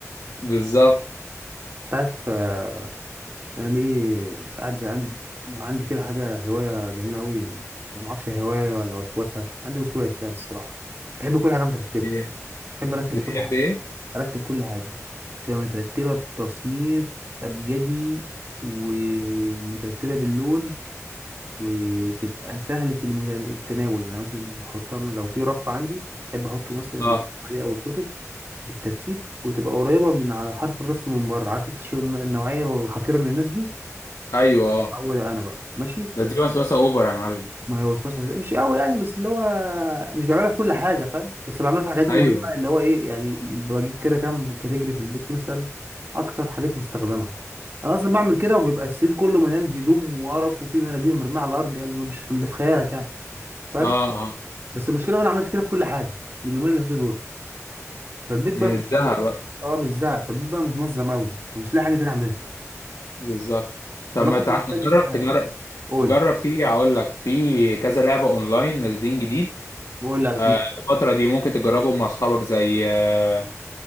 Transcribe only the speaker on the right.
انت عارف آه، انا ليه قاعد زهقان عندي كده حاجه هوايه جميله قوي يعني ما اعرفش هي هوايه ولا وسوسه عندي وسواس يعني الصراحه بحب كل حاجه مترتبه
بحب ارتب
كل حاجه
ارتب كل حاجه تبقى مترتبه بتصنيف ابجدي ومترتبه باللون وتبقى سهله المت- التناول يعني مثلا احطها من- لو في رف عندي بحب احطه مثلا الألعاب
او الكتب بالترتيب وتبقى قريبه من على حرف الرف من بره عارف التش- النوعيه الحقيره من الناس دي
هو ده انا بقى ماشي
ما هو الفصل مش قوي يعني بس اللي هو مش بعملها في كل حاجه فاهم بس بعملها في الحاجات المهمه
اللي هو ايه يعني بجيب كده كام كاتيجري في البيت مثلا اكتر حاجات مستخدمه انا اصلا بعمل كده وبيبقى السرير كله مليان هدوم وقرف وفي مناديل مرميه على الارض يعني مش اللي في خيالك يعني فاهم
بس المشكله بقى انا عملت كده في كل حاجه اليومين اللي فاتوا دول فالبيت بقى
متنظم
متنظم-
اه مش زهق فالبيت بقى متنظم قوي ومش لاقي حاجه تاني اعملها
فالواحد
محتاج
آه،
قول
قول لا اسمه